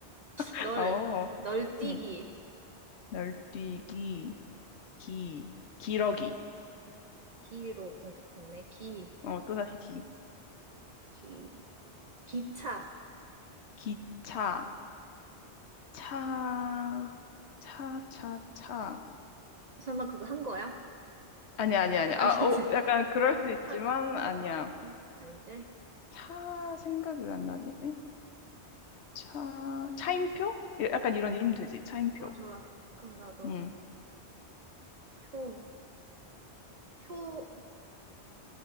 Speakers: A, on the left; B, on the right.
A: <laughs>
B: 널
A: 어.
B: 널뛰기
A: 음. 널뛰기, 기, 기러기.
B: 기로 공격했네 기
A: 어, 또다시 기.
B: 기 기차
A: 기차. 차, 차, 차, 차.
B: 설마 그거 한 거야?
A: 아니야,
B: <laughs>
A: 아니야, 아니야.
B: 아니지
A: 아, 오, 약간 그럴
B: 한한어
A: 수 있지만, 아니야.
B: 아니지
A: 차 생각이 왜 안 나지? 차, 차임표? 예, 약간 이런 이름 되지. 차임표.
B: 어 좋아 그럼 나도
A: 응,
B: 표표